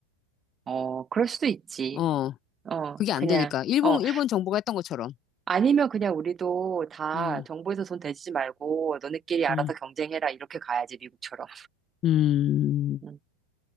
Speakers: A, on the right; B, on the left.
A: 어, 그럴 수도 있지.
B: 어,
A: 어,
B: 그게 안
A: 그냥,
B: 되니까. 일본,
A: 어,
B: 일본 정부가 했던 것처럼.
A: 아니면 그냥 우리도 다
B: 음,
A: 정부에서 돈 대지 말고 너네끼리 알아서
B: 음.
A: 경쟁해라. 이렇게 가야지, 미국처럼.
B: 음.
A: 음.